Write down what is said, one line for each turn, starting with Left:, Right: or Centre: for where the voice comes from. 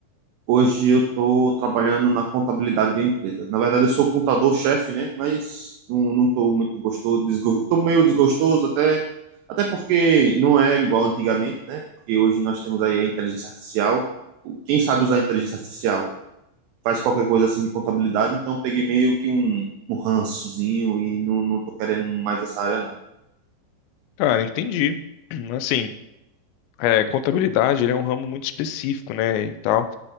Right: Hoje eu estou trabalhando na contabilidade de uma empresa. Na verdade, eu sou contador-chefe, né? Mas não, não tô muito gostoso, estou meio desgostoso até, até porque não é igual antigamente, né? Porque hoje nós temos aí a inteligência artificial. O- Quem sabe usar a inteligência artificial faz qualquer coisa assim de contabilidade, então eu peguei meio que um, um rançozinho e não, não tô querendo mais essa área, não.
Left: Cara, entendi. <clears throat> Assim, é, contabilidade, ele é um ramo muito específico, né? E tal.